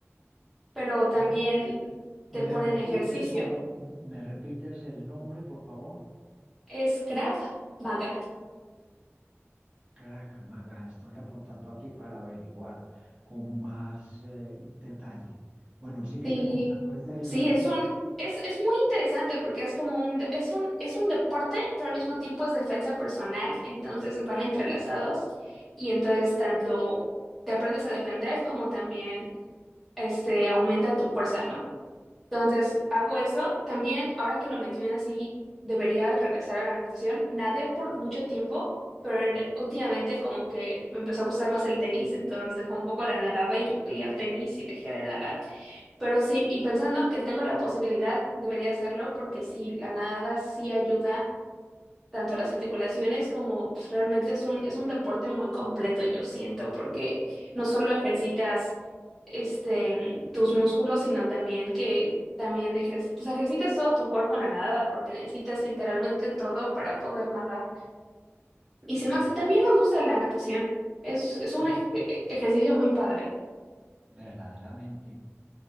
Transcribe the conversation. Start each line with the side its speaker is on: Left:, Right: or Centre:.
Centre: pero también
Right: ¿Me
Centre: te ponen
Right: me repites
Centre: ejercicio.
Right: o me repites el nombre, por favor?
Centre: Es Krav Maga.
Right: Krav Maga, estoy apuntando aquí para averiguar con más eh, detalle. Bueno, sígueme
Centre: Sí,
Right: contando, es de Israel.
Centre: sí, es un,
Right: <laughs>
Centre: es, es muy interesante porque es como un, de- es un, es un deporte, pero al mismo tiempo es defensa personal, entonces van entrelazados y entonces tanto te aprendes a defender como también este, aumenta tu fuerza, ¿no? Entonces, hago eso. También, ahora que lo mencionas, sí, debería regresar a la natación. Nadé por mucho tiempo, pero en- últimamente como que me empezó a gustar más el tenis, entonces dejé un poco la nadada y fui a tenis y dejé de nadar. Pero sí, y pensando en que tengo la posibilidad, debería hacerlo porque sí, la nadada sí ayuda tanto las articulaciones como pues, realmente es un, es un deporte muy completo, yo siento, porque no solo ejercitas este, tus músculos, sino también que también ejer- pues, ejercitas todo tu cuerpo en la nadada, porque necesitas literalmente todo para poder nadar. Y se
Right: Mm,
Centre: me hace, también me gusta la natación, es, es un
Right: eh,
Centre: ej- e- ejercicio muy padre.
Right: verdaderamente.